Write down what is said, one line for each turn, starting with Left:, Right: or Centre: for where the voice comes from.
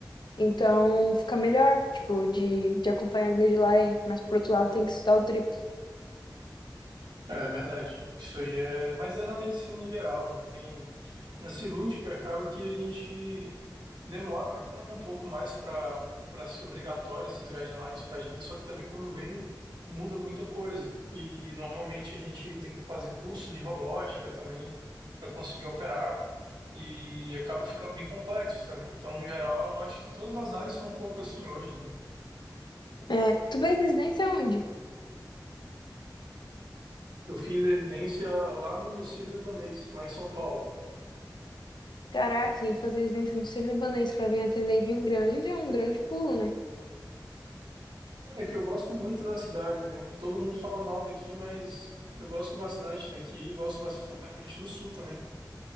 Left: Então fica melhor, tipo, de, de acompanhar a guideline, mas por outro lado tem que estudar o triplo.
Right: É verdade. Isso aí é, mas é na medicina em geral, não tem na cirúrgica acaba que a gente demora um pouco mais para para ser obrigatório esses guidelines para a gente, só que também quando vem muda muita coisa. E normalmente a gente tem que fazer cursos de robótica também para conseguir operar e acaba ficando bem complexo também. Então, no geral, eu acho que todas as áreas são um pouco assim hoje, né?
Left: É, tu fez residência onde?
Right: Eu fiz residência lá no Sírio-Libanês, lá em São Paulo.
Left: Caraca, e fazer residência no Sírio-Libanês pra vir atender em Rio Grande é um grande pulo, né?
Right: É que eu gosto muito da cidade, né? Todo mundo fala mal daqui, mas eu gosto bastante daqui, e gosto bastante do sul também.